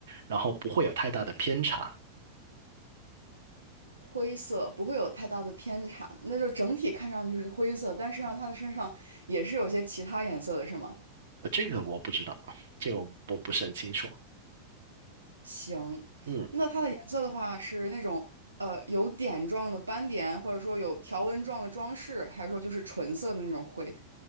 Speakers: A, on the right; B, on the right.
A: 然后不会有太大的偏差。
B: 灰色不会有太大的偏差，那就整体看上去是灰色，但实际上它的身上也是有些其他颜色的，是吗？
A: 呃这个我不知道，这个我我不是很清楚。
B: 行，
A: 嗯，
B: 那它的颜色的话是那种呃有点状的斑点，或者说有条纹状的装饰，还是说就是纯色的那种灰？